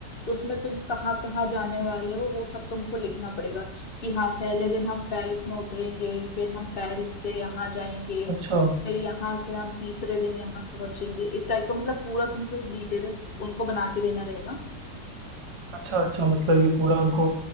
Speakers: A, on the left (about 40°); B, on the right (about 25°).
A: तो उसमें तुम कहाँ कहाँ जाने वाले हो वो सब तुमको लिखना पड़ेगा कि हाँ पहले दिन हम पेरिस में उतरेंगे फिर हम पेरिस से यहाँ जाएंगे
B: अच्छा
A: फिर यहाँ से हम तीसरे दिन यहाँ पहुंचेंगे इस टाइप का मतलब पूरा तुमको एक डिटेल उनको बना के देना रहेगा
B: अच्छा अच्छा मतलब ये पूरा उनको